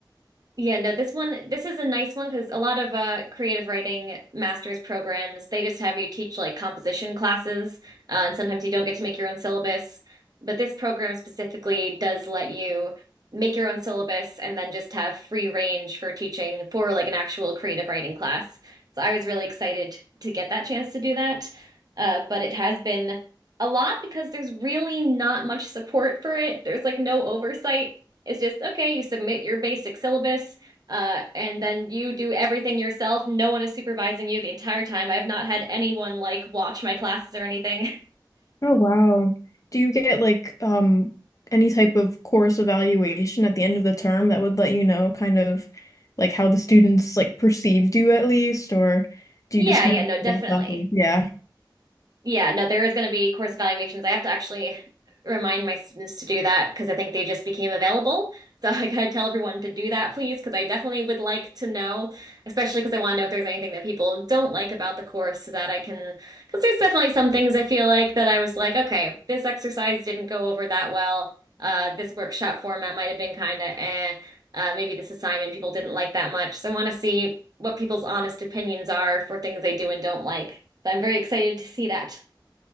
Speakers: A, on the right; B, on the left.
A: Yeah, no, this one, this is a nice one because a lot of uh, creative writing master's programs, they just have you teach like composition classes, uh, and sometimes you don't get to make your own syllabus. But this program specifically does let you make your own syllabus and then just have free range for teaching for like an actual creative writing class. So I was really excited to get that chance to do that. Uh, but it has been a lot because there's really not much support for it. There's like no oversight. It's just, okay, you submit your basic syllabus, uh, and then you do everything yourself. No one is supervising you the entire time. I have not had anyone like watch my classes or anything. <laughs>
B: Oh wow. Do you get like um any type of course evaluation at the end of the term that would let you know kind of like how the students like perceived you at least, or do
A: Yeah,
B: you just kind
A: yeah,
B: of
A: no, definitely.
B: like, based off of yeah.
A: Yeah, no, there is going to be course evaluations. I have to actually remind my students to do that because I think they just became available. So <laughs> I gotta tell everyone to do that, please, because I definitely would like to know, especially because I want to know if there's anything that people don't like about the course so that I can, because there's definitely some things I feel like that I was like, okay, this exercise didn't go over that well. Uh, this workshop format might have been kind of eh. Uh, maybe this assignment people didn't like that much. So I want to see what people's honest opinions are for things they do and don't like. So I'm very excited to see that.